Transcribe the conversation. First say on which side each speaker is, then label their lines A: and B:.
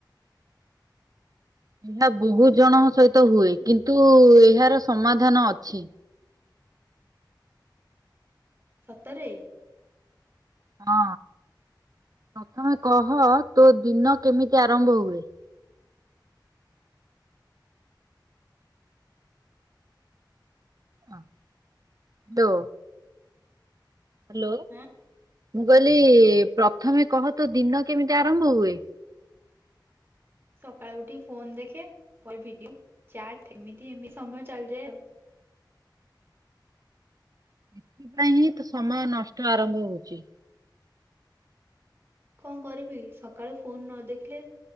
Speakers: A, on the right (about 50°); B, on the right (about 30°).
A: ଏହା ବହୁତ ଜଣଙ୍କ ସହିତ ହୁଏ କିନ୍ତୁ ଏହାର ସମାଧାନ ଅଛି।
B: ସତରେ।
A: ହଁ ପ୍ରଥମେ କହ ତୋ ଦିନ କେମିତି ଆରମ୍ଭ ହୁଏ? ହାଲୋ। ହ୍ୟାଲୋ,
B: ହଁ
A: ମୁଁ କହିଲି ପ୍ରଥମେ କହ ତୋ ଦିନ କେମିତି ଆରମ୍ଭ ହୁଏ?
B: ସକାଳୁ ଉଠି ଫୋନ ଦେଖେ ଫଲ୍ ଭିଡିଓ ଚାଟ୍ ଏମିତି ଏମିତି ସମୟ ଚାଲିଯାଏ ଆଉ।
A: ଏଥିପାଇଁ ହିଁ ତ ସମୟ ନଷ୍ଟ ଆରମ୍ଭ ହଉଚି।
B: କଁ କରିବି ସକାଳୁ ଫୋନ ନ ଦେଖିଲେ